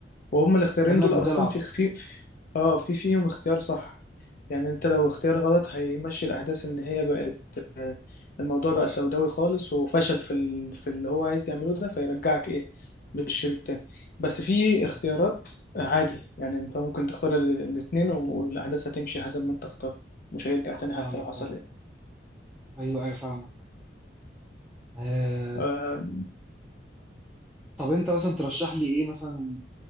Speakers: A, on the left; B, in the centre.
A: وهم الاختيارين
B: كأنك
A: دول
B: بتلعب
A: اصلا في خفيف اه في فيهم اختيار صح يعني انت لو اختيار غلط هيمشي الاحداث ان هي بقت آه، الموضوع
B: وحش
A: بقى سوداوي خالص وفشل في ال... في اللي هو عايز يعمله ده فيرجعك ايه للشريط التاني بس في اختيارات
B: أمم،
A: عادي يعني انت ممكن تختار ال- الاتنين والاحداث هتمشي حسب ما انت اخترت مش هيرجع تاني
B: فاهمك
A: حتى لو حصل
B: فاهم ايوه ايوه فاهمك آه،
A: آم،
B: طب انت مثلا ترشح لي ايه مثلا